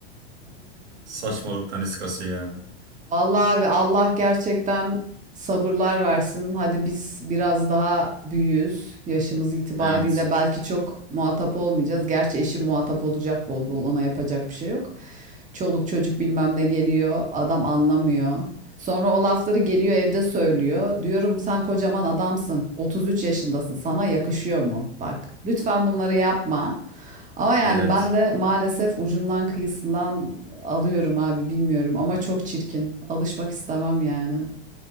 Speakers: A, on the right (about 20°); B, on the right (about 80°).
A: Oğlum çok ilginç
B: Saçmalıktan
A: la.
B: iskası ya.
A: Vallahi abi Allah gerçekten sabırlar versin. Hadi biz biraz daha büyüğüz. Yaşımız itibariyle
B: Evet.
A: belki çok muhatap olmayacağız. Gerçi eşim muhatap olacak bol bol. Ona yapacak bir şey yok. Çoluk çocuk bilmem ne geliyor. Adam anlamıyor. Sonra o lafları geliyor evde söylüyor. Diyorum sen kocaman adamsın. 33 yaşındasın. Sana yakışıyor mu? Bak lütfen bunları yapma. Ama yani
B: Evet.
A: ben de maalesef ucundan kıyısından alıyorum abi bilmiyorum ama çok çirkin. Alışmak istemem yani.